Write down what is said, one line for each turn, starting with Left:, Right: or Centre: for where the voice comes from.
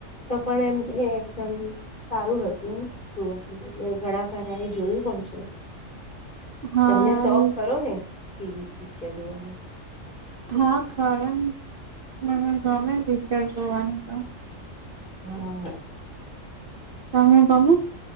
Left: તો પણ એમ રિએક્શન સારુ હતું, જોવા એટલે ઘણાખરા એ જોયું પણ છે.
Right: હા
Left: તમને શોખ
Right: એ
Left: ખરો ને ટીવી પિક્ચર જોવાનો?
Right: હા ખરો ને મને ગમે પિક્ચર જોવાનુ તો
Left: હા....
Right: તમને ગમે?